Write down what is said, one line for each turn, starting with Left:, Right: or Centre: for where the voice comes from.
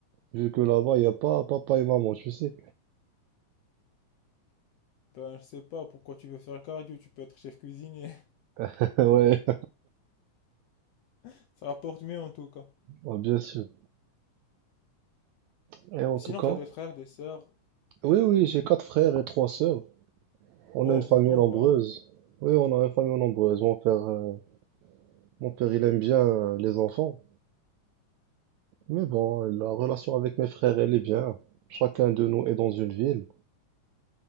Right: Vu que là-bas, il n'y a pas papa et maman, tu sais.
Left: Ben, je sais pas pourquoi tu veux faire cardio. Tu peux être chef cuisinier.
Right: <laughs> Ouais,
Left: <laughs> Ça rapporte mieux en tout cas.
Right: ouais, bien sûr. Et en
Left: Et sinon,
Right: tout cas,
Left: t'as des frères, des sœurs.
Right: oui, oui, j'ai quatre frères et trois sœurs. On
Left: Wow,
Right: a une famille
Left: vous êtes nombreux,
Right: nombreuse.
Left: hein?
Right: Oui, on a une famille nombreuse. Mon père, euh, mon père, il aime bien euh, les enfants. Mais bon, la relation avec mes frères, elle est bien. Chacun de nous est dans une ville.